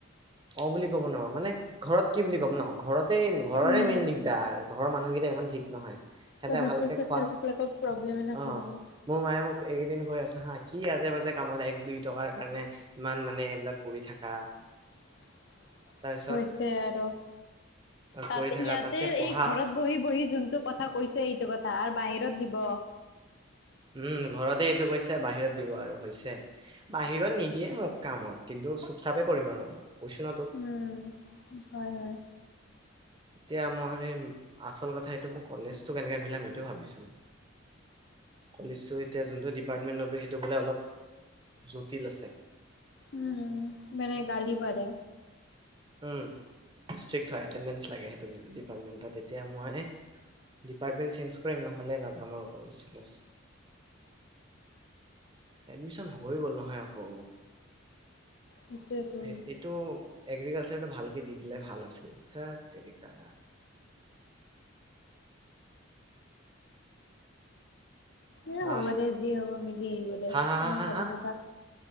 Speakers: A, on the right; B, on the left.
A: অ' বুলি ক'ব নোৱাৰো। মানে ঘৰত কি বুলি ক'ম ন ঘৰতে ঘৰৰে
B: উম
A: মেইন দিগদাৰ। ঘৰৰ মানুহকেইটা ইমান ঠিক নহয়। সিহঁতে
B: তই হোষ্টেলে
A: ভালকে
B: টোষ্টেলে
A: খোৱা
B: থাকিলে একো প্ৰব্লেমে নাছিলে
A: অ
B: আকৌ।
A: মোৰ মায়ে মোক এইকেইদিন কৈ আছে হা', কি আজে বাজে কামত এক দুই টকাৰ কাৰণে ইমান মানে এইবিলাক কৰি থাকা।
B: <inaudible>
A: তাৰপিছত
B: হৈছে আৰু, তাত
A: কৰি থাকা
B: ইয়াতে
A: তাতকে পঢ়া
B: এই ঘৰত বহি বহি যোনটো কথা কৈছে এইটো কথা, আৰু বাহিৰত দিব।
A: উম, ঘৰতে এইটো কৈছে বাহিৰত দিব আৰু হৈছে, বাহিৰত নিদিয়ে মোক কামত। কিন্তু চুপ চাপে কৰিম আৰু মই, কৈছো ন তোক।
B: উম, হয় হয়।
A: এতিয়া মই আচল কথা এইটো মই কলেজটো কেনেকে মিলাম এইটো ভাবিছো। কলেজটো এতিয়া যোনটো ডিপাৰ্টমেণ্ট ল'লো সেইটো বোলে অলপ জটিল আছে।
B: উম, মানে গালি পাৰে‌।
A: উম, ষ্ট্ৰিক হয় এটেণ্ডেন্স লাগে সেইটো ডিপাৰ্টমেন্ট, তেতিয়া মই ডিপাৰ্টমেণ্ট চেঞ্জ কৰিম নহ'লে নাযাম আৰু কলেজ চলেজ। এডমিশ্যন হৈ গ'ল নহয় আকৌ।
B: সেইটোৱেতো
A: এইটো এগ্ৰিকাল চাৰটো ভালকে দি দিলে ভাল আছিল, থেৎ তেৰিকা।
B: এ
A: হা
B: হ'ব দে যি হ'ব মিলি আহিব দে
A: হা হা
B: ইমান
A: হা হা
B: ভাবি
A: হা
B: নাথাক।